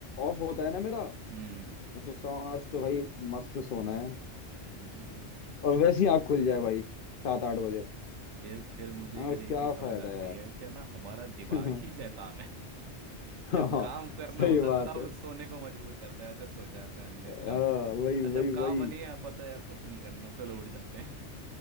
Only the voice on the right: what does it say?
हम्म
हम्म,
फिर फिर मुझे
फिर एक
चीज समझ
आती
है क्या ना हमारा दिमाग
ही शैतान है
जब काम करना
होता
तब
सोने को मजबूर करता है तो सो जा रहने
दे काम मत कर
और जब काम
नहीं है पता है यार कुछ नहीं करना चलो उठ जाते हैं